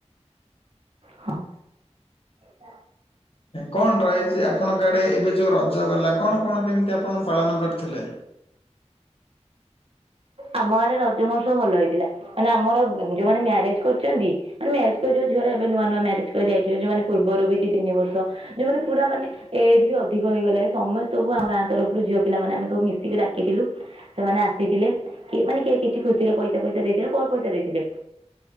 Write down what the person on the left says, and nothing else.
କଣ ରହିଚି ଆପଣଙ୍କ ଆଡ଼େ ଏବେ ଯୋଉ ରଜ ଗଲା କଣ କଣ କେମିତି ଆପଣ ପାଳନ କରିଥିଲେ?